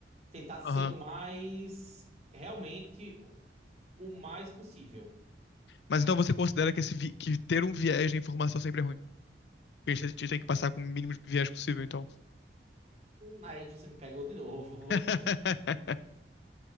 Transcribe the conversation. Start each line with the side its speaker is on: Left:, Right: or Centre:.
Right: Tentar ser
Left: Aham.
Right: o mais realmente o mais possível.
Left: Mas então você considera que, esse vi- que ter um viés de informação sempre é ruim? Porque a gente tem- que passar com o mínimo de viés possível, então.
Right: Aí você me pegou de novo.
Left: <laughs>